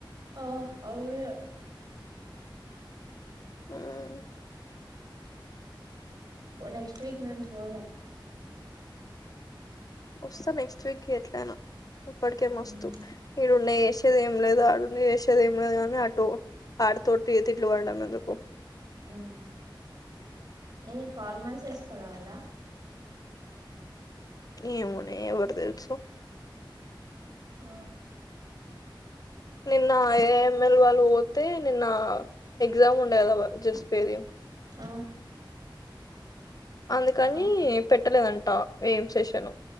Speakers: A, on the right; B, on the left.
A: ఆ అవు ఇయా
B: హ్మ్
A: నెక్స్ట్ వీక్ నుంచి పోదాం
B: వస్తా నెక్స్ట్ వీక్ ఎట్లా అయినా ఇప్పటికే మస్తు
A: ఉమ్
B: ఇడ ఉండఎస్ చేది ఏం లేదు ఆడుండి చేసేది ఏం లేదు కాని అటు ఆడతోటి తిట్లు పడడాం ఎందుకు
A: హ్మ్ హ్మ్ ఫార్మల్స్ ఏస్కురావలా
B: ఏమోనే ఎవరు తెలుసు
A: ఆ
B: నిన్న ఏఎంఎల్ వాళ్ళు పోతే నిన్న ఎగ్జామ్స్ ఉండే కదా జస్పెరియం
A: ఆ
B: అందుకని
A: ఆ
B: పెట్టలేదంట ఏం సెషను